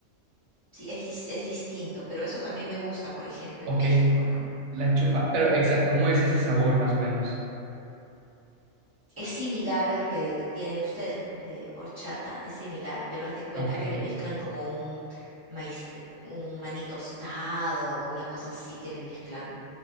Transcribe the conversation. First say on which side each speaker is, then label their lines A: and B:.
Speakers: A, on the right (about 25°); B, on the right (about 70°).
A: Sí, es, dis- es distinto, pero eso también me gusta, por ejemplo, en
B: Ok,
A: México, ¿no?
B: la chufa. Pero, exa- ¿cómo es ese sabor más o menos?
A: Es similar a lo que tienen ustedes, pues de horchata, es similar, pero haz de cuenta
B: Ok.
A: que le mezclan como un maíz, un maní tostado o una cosa así que le mezclan,